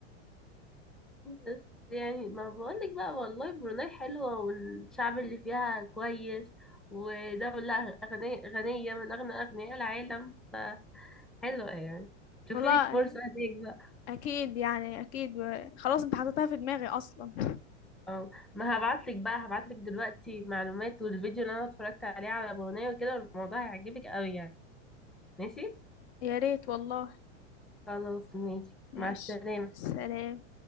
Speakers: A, in the centre; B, on the left (about 60°).
A: بس يعني ما بقولك بقى والله بروناي حلوة والشعب اللي فيها كويس ودولة أغنية غنية من أغنى أغنياء العالم فحلوة يعني شوفي
B: والله
A: لك فرصة هديك بقى
B: اكيد يعني اكيد خلاص انت حطيتها في دماغي اصلا
A: اه ما هبعتلك بقى هبعتلك دلوقتي معلومات والفيديو اللي أنا اتفرجت عليه على بروناي وكده الموضوع هيعجبك قوي يعني ماشي
B: يا ريت والله
A: خلاص ماشي
B: ماشي
A: مع السلامة
B: سلام